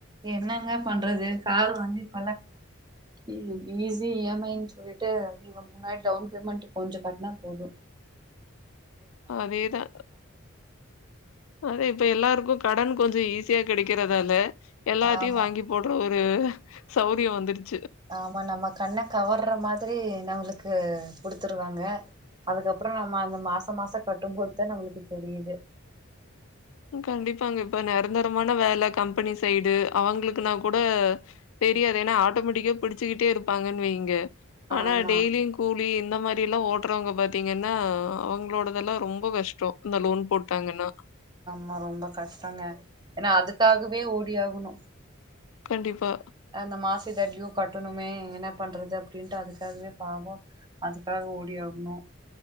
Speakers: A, on the right; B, on the left.
A: என்னங்க பண்றது காரு வந்து இப்பல்லா ஈ ஈஸி இ எம் ஐ னு சொல்லிட்டு நீங்க முன்னாடி டவுன் பேமெண்ட் கொஞ்சோ கட்னா போதூ
B: அதேதா அத இப்ப எல்லாருக்கூ கடன் கொஞ்சோ ஈஸியாக கெடைக்கிறதால எல்லாத்தையூ
A: ஆமா.
B: வாங்கி போடுற உ சௌரியோ வந்துடு
A: ஆமா நம்ம கண்ண கவர்ற மாத்ரி நம்மளுக்கு குடுத்துருவாங்க அதுக்கப்றோ நம்ம அந்த மாச மாசோ கட்டும்போதுதா நம்மளுக்கு தெரியுது
B: கண்டிப்பாங்க இப்ப நெரந்தரமான வேல கம்பெனி சைடு அவங்களுக்குனா கூட தெரியாது ஏன்னா ஆட்டோமேட்டிக்கா புடிச்சுகிட்டே இருப்பாங்கன்னு வைங்க ஆனா
A: ஆமா
B: டெய்லியூ கூலி இந்த மாரி எல்லாம ஓடுறவங்க பாத்தீங்கன்னா அவங்களோடதெல்லா ரொம்ப கஷ்டோ இந்த லோன் போட்டாங்கன்னா
A: மா ரொம்ப கஷ்டோங்க ஏனா அதுக்காகவே ஓடி ஆகணூ
B: கண்டிப்பா
A: அந்த மாசோ இத டியூ கட்டணுமே என்ன பண்றது அப்டின்ட்டு அதுக்காகவே பாவோ அதுக்காக ஓடி ஆகணூ